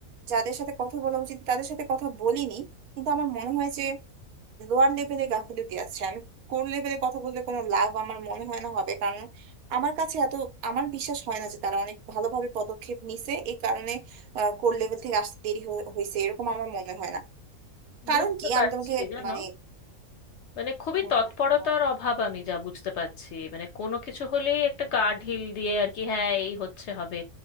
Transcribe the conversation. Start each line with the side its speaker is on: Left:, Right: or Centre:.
Right: যাদের সাথে কথা বলা উচিত তাদের সাথে কথা বলিনি কিন্তু আমার মনে হয় যে লোয়ার লেভেলে গাফিলতি আছে আমি কোর লেভেলে কথা বললে কোনো লাভ আমার মনে হয় না হবে কারণ আমার কাছে এত আমার বিশ্বাস হয় না যে তারা অনেক ভালোভাবে পদক্ষেপ নিছে এই কারণে কোর লেভেল থেকে আসতে দেরি হয়ে- হয়েছে এরকম আমার মনে হয় না কারণ
Left: বুঝতে
Right: কি
Left: পারছি
Right: আমি তোমাকে
Left: জানো
Right: মানে
Left: মানে খুবই
Right: হুম,
Left: তৎপরতার
Right: হুম, বল।
Left: অভাব আমি যা বুঝতে পারছি মানে কোনো কিছু হলেই একটা গা ঢিল দিয়ে আর কি হ্যাঁ এই হচ্ছে হবে